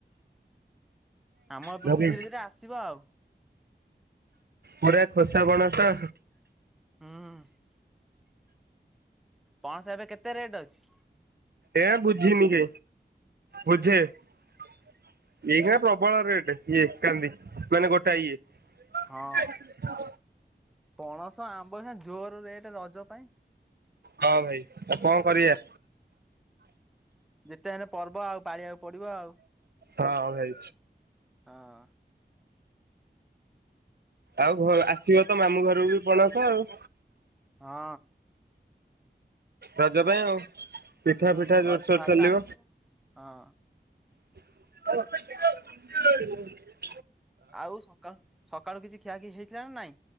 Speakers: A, in the centre; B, on the right (about 60°).
A: ଆମ ଏପଟକୁ
B: ଧରି
A: ଧୀରେ ଧୀରେ ଆସିବ ଆଉ।
B: ପୁରା ଖୋସା ପଣସ।
A: ହୁଁ। ପଣସ ଏବେ କେତେ ରେଟ୍ ଅଛି?
B: ଏଁ ବୁଝିନି କି। ବୁଝେ। ଏଇଗୁଳା ପ୍ରବଳ ରେଟ୍ ଇଏ କାନ୍ଦି। ମାନେ ଗୋଟାଏ ଇଏ।
A: ହଁ ପଣସ ଆମ୍ବ ଏ ଜୋର ରେଟ୍ ରଜ ପାଇଁ।
B: ହଁ ଭାଇ ଆଉ କଣ କରିଆ?
A: ଯେତେ ହେଲେ ପର୍ବ ଆଉ ପାଳିବାକୁ ପଡିବ ଆଉ।
B: ହଁ ଭାଇ
A: ହଁ।
B: ଆଉ ଘ ଆସିବ ତ ମାମୁଁ ଘର? ପୁରୀ ପଣସ ଆଉ।
A: ହଁ।
B: ରଜ ପାଇଁ ଆଉ। ପିଠା
A: ହୁଁ
B: ଫିଠା ଜୋରସୋର
A: ରଜ ଭାର
B: ଚାଲିବ
A: ତ ଆସିବ ହଁ।
B: <inaudible>
A: ଆଉ ସକାଳ ସକାଳୁ କିଛି ଖିଆଖି ହେଇଥିଲା ନା ନାଇଁ?